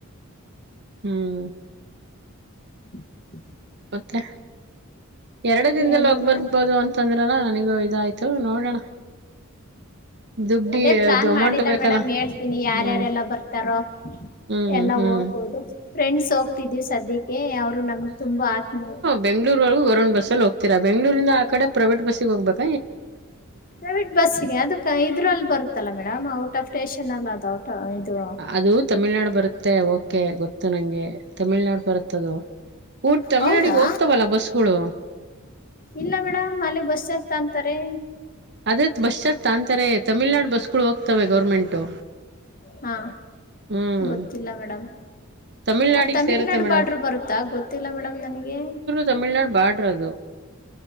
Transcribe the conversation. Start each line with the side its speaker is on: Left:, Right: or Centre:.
Right: ಹ್ಮ್
Left: ಹ <inaudible>
Right: ಮತ್ತೆ ಎರಡು ದಿನದಲ್ಲ್
Left: ಏನು
Right: ಹೋಗ್
Left: ಇಲ್ಲ
Right: ಬರ್ಬೋದು ಅಂತಂದ್ರಲ ನನಗೂ ಇದಾಯ್ತು ನೋಡೋಣ. ದುಡ್ಡಿ
Left: ಅದೇ ಪ್ಲಾನ್
Right: ಅದು ಅಮೌಂಟ್
Left: ಮಾಡಿಲ್ಲಾ
Right: ಬೇಕಲ್ಲ
Left: ಮೇಡಮ್ ಹೇಳ್ತೀನಿ ಯಾರ್ಯಾರೆಲ್ಲ
Right: ಹ್ಮ್
Left: ಬರ್ತಾರೋ
Right: ಹ್ಮ್
Left: ಎಲ್ಲ
Right: ಹ್ಮ್
Left: ಹೋಗ್ಬೋದು ಫ್ರೆಂಡ್ಸ್ ಹೋಗ್ತಿದೀವ್ ಸದ್ಯಕ್ಕೆ, ಅವ್ರು ನಮಗ್ ತುಂಬಾ ಆತ್ಮೀಯರು.
Right: ಬೆಂಗ್ಳೂರೊರ್ಗೂ ವರುಣ್ ಬಸ್ಸಲ್ ಹೋಗ್ತೀರಾ ಬೆಂಗಳೂರಿಂದ ಆ ಕಡೆ ಪ್ರೈವೇಟ್ ಬಸ್ಸಿಗ್ ಹೋಗ್ಬೇಕು.
Left: ಪ್ರೈವಿಟ್ ಬಸ್ಸಿಗೆ ಅದ ಆ ಇದ್ರಲ್ಲಿ ಬರುತ್ತಲ್ಲಾ ಮೇಡಮ್ ಔಟ್ ಆಫ್ ಸ್ಟೇಷನ್ ಅಲ್ಲ ಅದು ಔಟ್ ಇದು
Right: ಅದು ತಮಿಳ್ನಾಡು ಬರುತ್ತೆ ಓಕೆ ಗೊತ್ತು ನನಗೆ. ತಮಿಳ್ನಾಡ್ ಬರುತ್ತದು ಊಟ್ ತಮಿಳ್ನಾಡಿಗೆ
Left: ಹೌದಾ
Right: ಹೋಗ್ತವಲ್ಲ ಬಸ್ಗಳು.
Left: ಇಲ್ಲ ಮೇಡಮ್ ಅಲ್ಲಿ ಬಸ್ ಚಾರ್ಜ್ ತೋಂತಾರೆ.
Right: ಅದೇ ಬಸ್ ಚಾರ್ಜ್ ತಾಂತಾರೆ ತಮಿಳ್ನಾಡು ಬಸ್ಗಳು ಹೋಗ್ತವೆ ಗೌರ್ಮೆಂಟು.
Left: ಹಾ
Right: ಹ್ಮ್
Left: ಗೊತ್ತಿಲ್ಲ ಮೇಡಮ್.
Right: ತಮಿಳ್ನಾಡಿಗೆ
Left: ಅದ್ ತಮಿಳ್ನಾಡು
Right: ಸೇರುತ್ತೆ ಮೇಡಮ್
Left: ಬಾರ್ಡ್ರ್ ಬರುತ್ತಾ ಗೊತ್ತಿಲ್ಲ ಮೇಡಮ್ ನನಗೆ.
Right: ತಮಿಳನಾಡ್ ಬಾರ್ಡ್ರ್ ಅದು